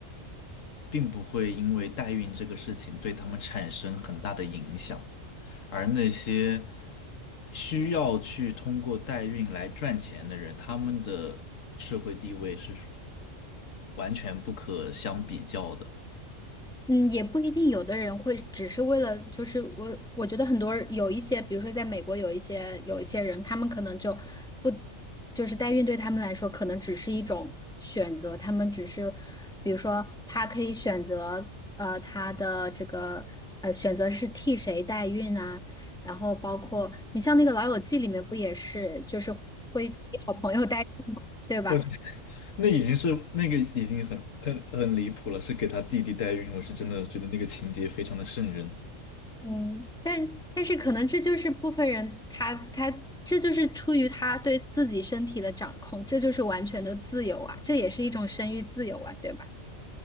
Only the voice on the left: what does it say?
并不会因为代孕这个事情对他们产生很大的影响，而那些需要去通过代孕来赚钱的人，他们的社会地位是完全不可相比较的。
我那已经是那个已经很很很离谱了，是给他弟弟代孕，我是真的觉得那个情节非常的瘆人。